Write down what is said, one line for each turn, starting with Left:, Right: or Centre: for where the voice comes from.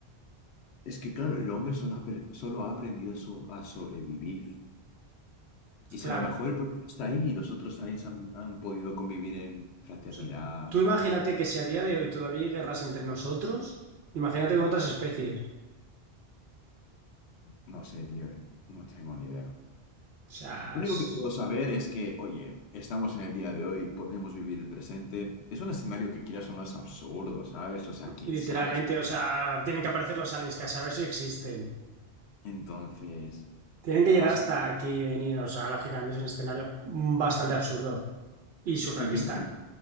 Left: es que, claro, el hombre solo ha, per- solo ha aprendido a so- a sobrevivir. Y
Right: Claro.
Left: si a lo mejor
Right: O
Left: el proyecto está ahí y los otros aliens han, han podido convivir en fraternidad,
Right: sea, tú imagínate que si a día de hoy todavía hay guerras entre nosotros, imagínate con otras especies.
Left: no sé, tío, eh. No tengo ni idea.
Right: O sea,
Left: Lo único
Right: es-
Left: que puedo saber es que, oye, estamos en el día de hoy, podemos vivir el presente. Es un escenario que quieras o no es absurdo, ¿sabes? O sea, quién
Right: literalmente,
Left: sabe si puede.
Right: o sea, tienen que aparecer los aliens, que a saber si existen.
Left: Entonces,
Right: Tienen que
Left: no
Right: llegar
Left: sé.
Right: hasta aquí y venir. O sea, lógicamente es un escenario bastante absurdo y surrealista.
Left: Es que yo sí,